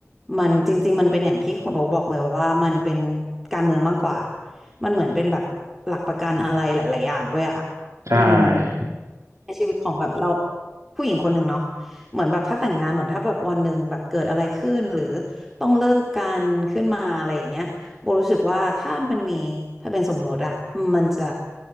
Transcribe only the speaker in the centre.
มันจริงๆมันเป็นอย่างที่คุณโอ๊คบอกเลยว่ามันเป็นการเมืองมากกว่า มันเหมือนเป็นแบบหลักประกันอะไรหลายๆอย่างด้วยอะ
อืม ในชีวิตของแบบเราผู้หญิงคนหนึ่งเนาะเหมือนแบบถ้าแต่งงานเหมือนถ้าแบบวันหนึ่งแบบเกิดอะไรขึ้นหรือต้องเลิกกันขึ้นมาอะไรอย่างเงี้ยโบรู้สึกว่าถ้ามันมีถ้าเป็นสมรสอะมันจะ